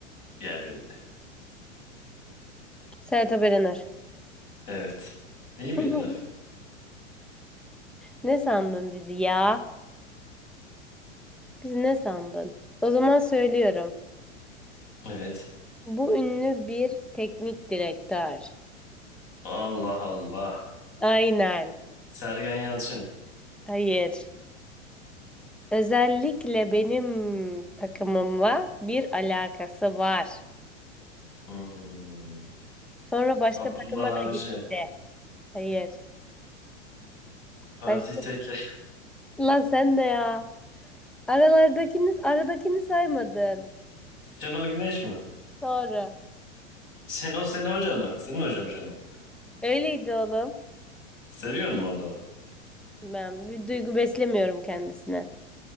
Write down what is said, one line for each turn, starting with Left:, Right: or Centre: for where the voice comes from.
Left: yer verildi.
Centre: Sertab Erener.
Left: Evet. İyi bildin
Centre: <laughs>
Left: aferin.
Centre: Ne sandın bizi ya? Biz ne sandın? O zaman söylüyorum.
Left: Evet.
Centre: Bu ünlü bir teknik direktör.
Left: Allah Allah.
Centre: Aynen.
Left: Sergen Yalçın.
Centre: Hayır. Özellikle benim takımımla bir alakası var.
Left: Hmm.
Centre: Sonra başka
Left: Abdullah
Centre: takıma
Left: Avcı.
Centre: da gitti. Hayır.
Left: Fatih
Centre: Başka...
Left: Tekke.
Centre: <laughs> Lan sen de ya. Aralardakini, aradakini saymadın.
Left: <laughs> Şenol Güneş mi?
Centre: Doğru.
Left: Şenol senin hoca mı? Senin hocam Şenol.
Centre: Öyleydi oğlum.
Left: Seviyor musun o adamı?
Centre: Ben bir duygu beslemiyorum kendisine.